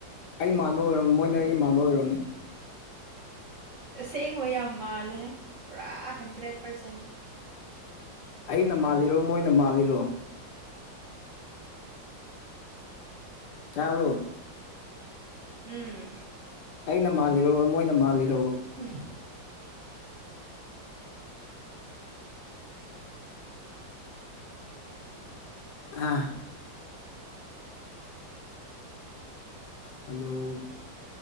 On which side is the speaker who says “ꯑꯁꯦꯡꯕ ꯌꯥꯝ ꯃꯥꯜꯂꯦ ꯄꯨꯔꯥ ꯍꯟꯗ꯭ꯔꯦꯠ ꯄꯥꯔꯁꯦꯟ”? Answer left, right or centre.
Right